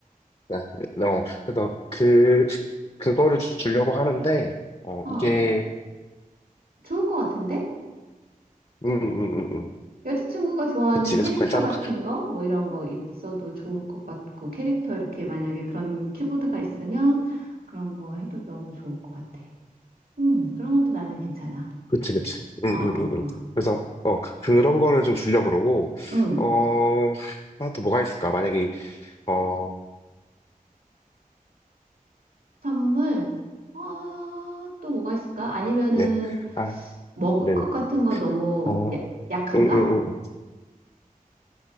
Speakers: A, on the left (about 40°); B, on the right (about 80°).
A: 아, 어, 그래서 그, 그거를 주- 주려고 하는데, 어,
B: 어,
A: 이게,
B: 좋을 것 같은데?
A: 음, 음, 음, 음.
B: 여자친구가 좋아하는
A: 그치,
B: 캐릭터
A: 그래서 괜찮을
B: 같은
A: 것
B: 거, 뭐 이런 거 있어도 좋을 것 같고, 캐릭터 이렇게 만약에 그런 키보드가 있으면 그런 거 해도 너무 좋을 것 같아. 음, 그런 것도 나는 괜찮아.
A: 그치, 그치. 응,
B: 어, 어,
A: 응, 응, 응.
B: 어.
A: 그래서, 어, 그, 런 거를 좀 주려고 그러고,
B: 음,
A: 어, 하나 또 뭐가 있을까? 만약에, 어,
B: 선물? 어, 또 뭐가 있을까? 아니면은,
A: 네. 아,
B: 머그컵
A: 네네.
B: 같은 거 너무
A: 어, 응,
B: 야, 약한가?
A: 응, 응. 응.